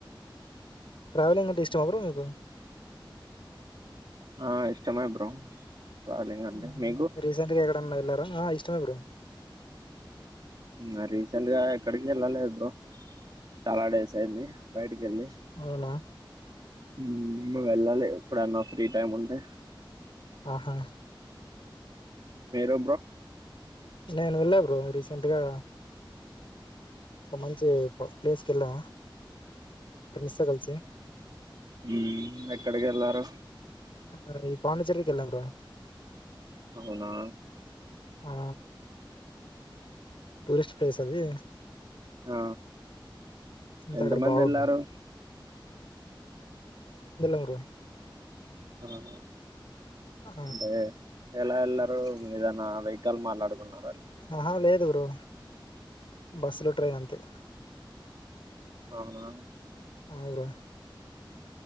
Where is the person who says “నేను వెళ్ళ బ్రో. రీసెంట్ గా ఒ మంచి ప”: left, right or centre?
Left